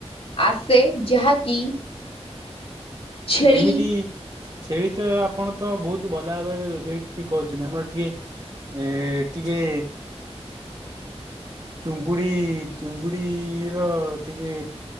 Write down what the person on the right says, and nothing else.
ଯେମିତି। ସେଇ ତ ଆପଣ ତ ବହୁତ ଭଲ ଭାବରେ ରୋଷଇ ଟିକେ କରୁଛନ୍ତି ଆମର କିଏ। ଏ ଟିକେ। ଚୁଙ୍ଗୁଡି ଚୁଙ୍ଗୁଡି ର ଟିକେ।